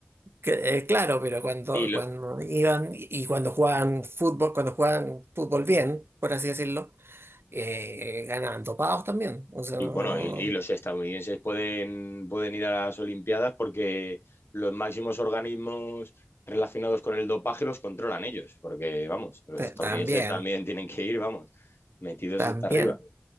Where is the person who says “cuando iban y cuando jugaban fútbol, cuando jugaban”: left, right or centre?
Right